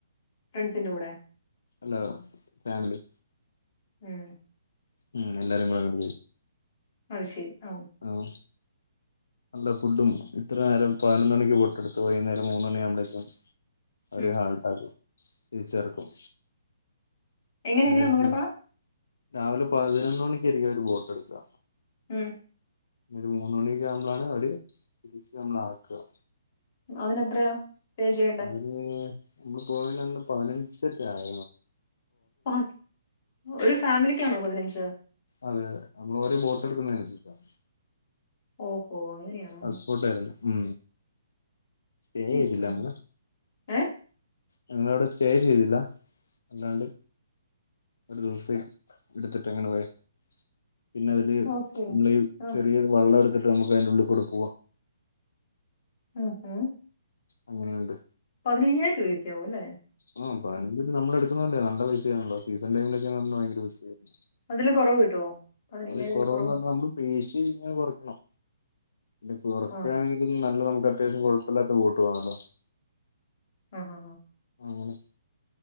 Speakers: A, on the left; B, on the left.
A: ഫ്രണ്ട്സിന്റെറെ കൂടെ
B: അല്ല ഫാമിലി
A: ഉം
B: ഉം എല്ലാരും കൂടെങ്ങ
A: അത് ശരി ഓ
B: ആഹ നല്ല ഫുഡും ഇത്ര നേരം പതിനൊന്ന് മണിക്ക് പോയിട്ട് ടുത്ത് വൈകുന്നേരം മൂന്ന് മണിയ ആകുമ്പഴേക്കും ഒരു
A: ഉം
B: ഹാൾട്ട് അക്ക് തിരിച്ചേർക്കും
A: എങ്ങനെ എങ്ങനെ
B: ഏകദേശ
A: ഒന്നും കൂടെ പറ
B: രാവിലെ പതിനൊന്ന് മണിക്കായിരിക്കും അവര് ബോട്ട് എടുക്കുക
A: ഉം
B: ഒരു മൂന്ന് മണിയൊക്കെ ആകുമ്പോാണ് അവര് തിരിച്ച് നമ്മള ആക്കുക
A: അതിനെത്രയ പേ ചെയ്യണ്ടേ
B: അതിന് നമ്മള് പോയന്ന് പതിനഞ്ചറ്റ ആയ
A: പ ഒരു ഫാമിലിക്കാണോ പതിനഞ്ച്
B: അതെ അതെ നമ്മള് ഒരേ ബോട്ട് എടുക്കുന്ന അനുസരിച്ച
A: ഓഹോ അങ്ങനെയാണോ
B: ഹൗസ്ബോട്ട് ആയിരുന്നു ഉ സ്റ്റേ ചെയ്തില്ല
A: ഓക്കെ
B: അങ്ങന
A: ഏഹ്
B: ഞങ്ങളവിടെ സ്റ്റേ ചെയ്തില്ല അല്ലാണ്ട് ഒരു ദിവസം എടുത്തിട്ട് അങ്ങനെ പോയ പിന്നെ അതില്
A: ഓക്കെ
B: നമ്മള്
A: ആഹ്
B: ചെറിയ വള്ളം എടുത്തിട്ട് നമുക്ക് അതിറെ ഉള്ളിൽ കൂടെ പോവാം
A: ഉം ഉം
B: അങ്ങനെയുണ്ട്
A: പതിനയ്യായിരം രൂപയൊക്കെയാവും അല്ലേ
B: ആഹ് പതിനഞ്ച് നമ്മള എടുക്കുന്നന്നണ്ടേ നല്ല പൈസ ആണല്ലോ സീസൺ ടൈമൊക്കാ പറ ഭയങ്കര പൈസ ആയിരുന്നു
A: അതില് കുറവ് കിട്ടോ
B: അത് കുറവന്ന്
A: ൽ കൊറവ്
B: പറഞ്ഞ നമ്മള് പേശി ഇങ്ങനെ കുറയ്ക്കണം പി കുറക്കാണെ
A: ആഹ്.
B: നല്ല നമുക്ക് അത്യാവശ്യം കുഴപ്പമില്ലാത്ത ബോട്ട് വേണൂല്ലോ
A: ആഹ
B: അങ്ങനെ